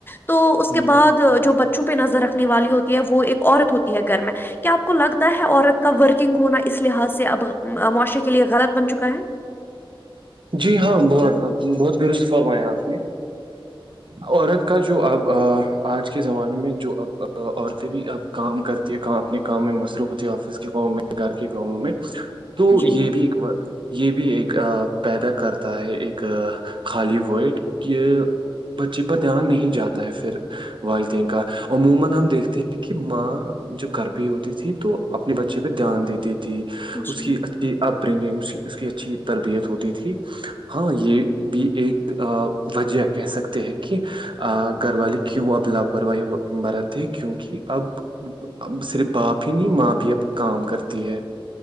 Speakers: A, on the left; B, on the right.
A: تو اس
B: ہ
A: کے بعد جو بچوں پہ نظر رکھ نے والی ہوتی ہے وہ ایک عورت ہوتی ہے گھر میں کیا آپ کو لگتا ہے عورت کا ورکنگ ہونا اس لحاظ سے اب معاشرے کے لیے غلط بن چکا ہے
B: جی ہاں بہت بہت درست فرمایا آپ نے عورت کا جو اب آج کے زمانے میں جو اب عورتیں بھی اب کام کرتی ہے کہاں اپنے کام میں مصروف ہوتی ہے آفس کے کاموں میں گھر کے کاموں میں تو
A: جی
B: یہ بھی ایک یہ بھی ایک پیدا کرتا ہے ایک خالی ورڈ کہ بچے پر دھیان نہیں جاتا ہے پھر والدین کا عموما ہم دیکھتے ہیں کہ ماں جو گھر پے ہوتی تھی تو اپنے بچے پہ دھیان دیتی تھی اس
A: جی
B: کی اچھی اپ برنگنگ اس کی اس کی اچھی تربیت ہوتی تھی ہاں یہ بھی ایک وجہ کہہ سکتے ہیں کہ گھر والی کیوں اب لاپرواہی برتے ہے کیونکہ اب صرف باپ ہی نہیں ماں بھی اب کام کرتی ہے